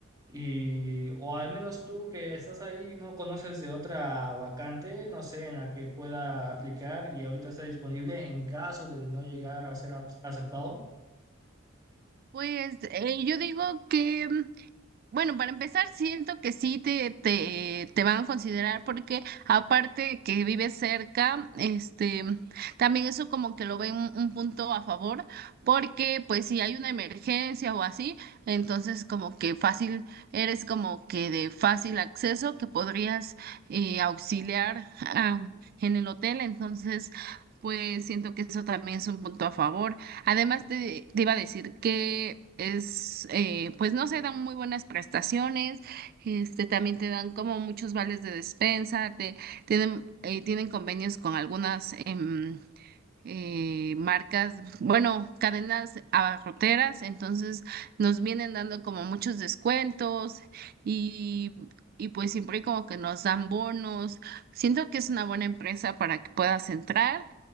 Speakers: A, on the right; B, on the right.
A: Y, o al menos tú que estás ahí, no conoces de otra vacante, no sé, en la que pueda aplicar y ahorita está disponible en caso de no llegar a ser ap- aceptado.
B: Pues eh, yo digo que Bueno, para empezar, siento que sí te, te, te van a considerar porque aparte que vives cerca, este, también eso como que lo ven un, un punto a favor, porque pues si hay una emergencia o así, entonces como que fácil, eres como que de fácil acceso que podrías eh, auxiliar ah, en el hotel, entonces pues siento que eso también es un punto a favor. Además, te, te iba a decir que es, eh, pues no se dan muy buenas prestaciones, este, también te dan como muchos vales de despensa, te, tienen, eh, tienen convenios con algunas em, eh, marcas, bueno, cadenas abarroteras, entonces nos vienen dando como muchos descuentos y, y pues siempre como que nos dan bonos. Siento que es una buena empresa para que puedas entrar.